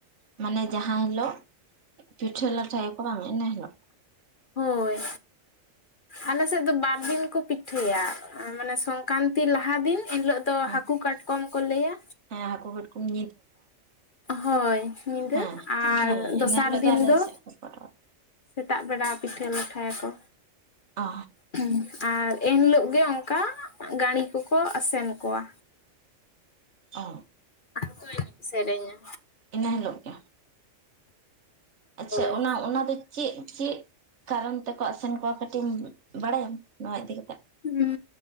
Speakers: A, on the right; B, on the left.
A: ᱢᱟᱱᱮ ᱡᱟᱦᱟᱸ ᱦᱤᱞᱳᱜ ᱯᱤᱴᱷᱟᱹ ᱞᱟᱴᱷᱟᱭᱟᱠᱚ ᱵᱟᱝ ᱤᱱᱟᱹ ᱦᱤᱞᱳᱜ
B: ᱦᱳᱭ ᱟᱞᱮ ᱥᱮᱫ ᱫᱚ ᱵᱟᱨ ᱫᱤᱱ ᱠᱚ ᱯᱤ ᱴᱷᱟᱹᱭᱟ ᱢᱟᱱᱮ ᱥᱚᱝᱠᱨᱟᱱᱛᱤ ᱞᱟᱦᱟ ᱫᱤᱱ ᱮᱱᱦᱤᱞᱳᱜ ᱫᱚ
A: ᱦᱮᱸ
B: ᱦᱟᱹᱠᱩ ᱠᱟᱴᱠᱚᱢ ᱠᱚ ᱞᱟᱹᱭᱟ
A: ᱦᱮᱸ ᱦᱟᱹᱠᱩ ᱠᱟᱴᱠᱚᱢ <unintelligible>
B: ᱦᱳᱭ ᱧᱤᱫᱟᱹ
A: ᱦᱮᱸ
B: ᱟᱨ
A: ᱦᱮᱸ
B: ᱫᱚᱥᱟᱨ
A: ᱤᱱᱟᱹ ᱦᱤᱞᱳᱜ
B: ᱫᱤᱱ
A: ᱟᱞᱮ
B: ᱫᱚ
A: ᱥᱮᱫ ᱠᱚ ᱠᱚᱨᱟᱣᱟ
B: ᱥᱮᱛᱟᱜ ᱵᱮᱲᱟ ᱯᱤᱴᱷᱟᱹ ᱞᱟᱴᱷᱟᱭᱟᱠᱚ
A: ᱚ
B: ᱦᱮᱸ ᱟᱨ ᱮᱱᱦᱤᱞᱳᱜ ᱜᱮ ᱚᱱᱠᱟ ᱜᱟᱹᱬᱤ ᱠᱚᱠᱚ ᱟᱥᱮᱱ ᱠᱚᱣᱟ
A: ᱚ
B: ᱟᱨᱠᱚ ᱮᱱᱮᱡ ᱥᱮᱨᱮᱧᱟ
A: ᱤᱱᱟᱹ ᱦᱤᱞᱳᱜ ᱜᱮ
B: ᱦᱳᱭ
A: ᱟᱪᱪᱷᱟ ᱚᱱᱟ ᱚᱱᱟ ᱫᱚ ᱪᱮᱫ ᱪᱮᱫ ᱠᱟᱨᱚᱱ ᱛᱮᱠᱚ ᱟᱥᱮᱱ ᱠᱚᱣᱟ ᱠᱟᱹᱴᱤᱡ ᱮᱢ ᱵᱟᱲᱟᱭᱟᱢ ᱱᱚᱣᱟ ᱤᱫᱤ ᱠᱟᱛᱮᱫ
B: ᱦᱩᱸᱜ